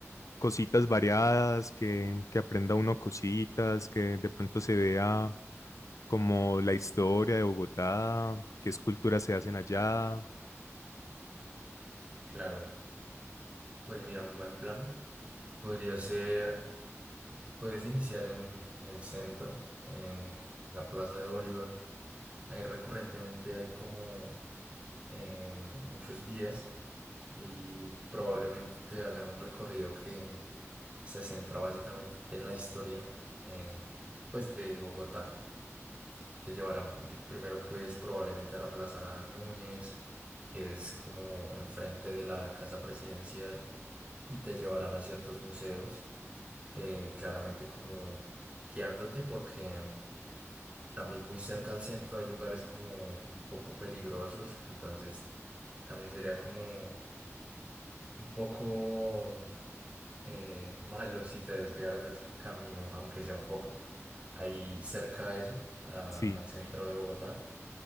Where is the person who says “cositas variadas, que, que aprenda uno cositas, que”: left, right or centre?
Left